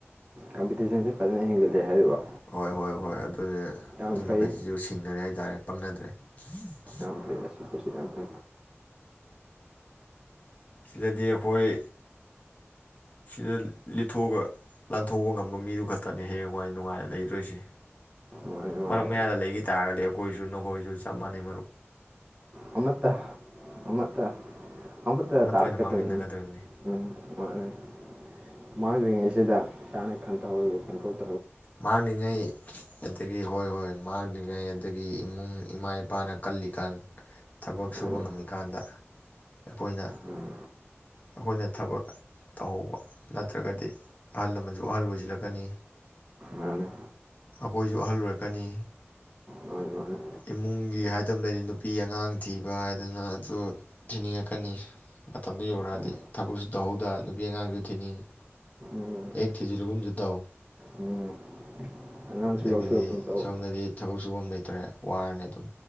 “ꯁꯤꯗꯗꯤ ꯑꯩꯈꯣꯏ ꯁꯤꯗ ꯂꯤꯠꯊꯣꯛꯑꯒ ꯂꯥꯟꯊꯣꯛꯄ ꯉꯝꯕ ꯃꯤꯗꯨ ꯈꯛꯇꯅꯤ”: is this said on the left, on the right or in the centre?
Left